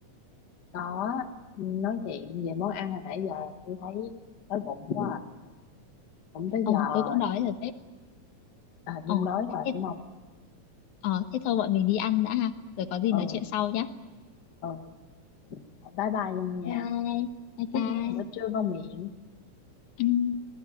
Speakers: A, on the left; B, on the left.
A: có nói chuyện về món ăn hồi nãy giờ tôi thấy đói bụng quá à. cũng tới
B: ờ
A: giờ
B: tôi cũng
A: rồi
B: đói rồi phết
A: à, Nhung
B: ờ
A: đói rồi
B: thế,
A: đúng không
B: ờ, thế thôi bọn mình đi ăn đã ha rồi có gì
A: ừ
B: nói chuyện sau nhé
A: ừ Thôi, bye bye Nhung nha
B: bye bye bye
A: chúc
B: bye
A: Nhung bữa trưa ngon miệng
B: Ừm.